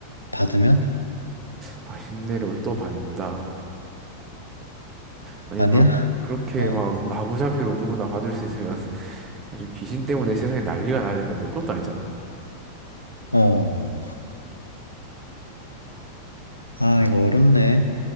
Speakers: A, on the left (about 85°); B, on the right (about 25°).
A: 받으면?
B: 아, 흰내를 또 받는다. 아니,
A: 아니야?
B: 그렇, 그렇게
A: <laughs> 어,
B: 막, 마구잡이로 누구나 봐줄 수 있으면, <laughs> 아주 귀신 때문에 세상에 난리가 나야 될 건데, 그것도 아니잖아.
A: 어, 아,
B: 아,
A: 이거 어렵네.